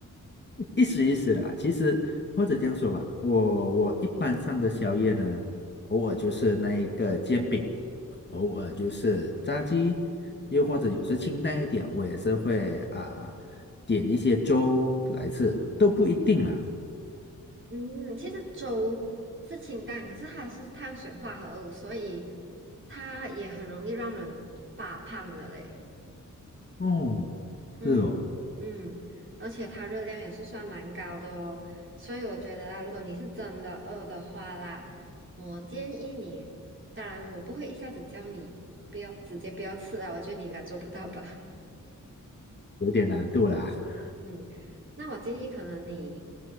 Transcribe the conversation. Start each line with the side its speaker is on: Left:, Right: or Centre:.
Left: 意思意思啦。其实或者这样说吧，我我一般上的宵夜呢，偶尔就是那一个煎饼，偶尔就是炸鸡，
Right: 嗯
Left: 又或者有时清淡一点，我也是会啊、点一些粥来吃，都不一定啦。
Right: 嗯，其实粥是清淡，可是它是碳水化合物，所以它也很容易让人发胖的嘞。
Left: 哦，
Right: 嗯嗯，
Left: 是哦，
Right: 而且它热量也是算蛮高的哦，所以我觉得啊，如果你是真的饿的话啦，我建议你，当然我不会一下子叫你不要直接不要吃啊，我觉得你应该做不到吧。<laughs>
Left: 有点难度啦。<laughs>
Right: 嗯，那我建议可能你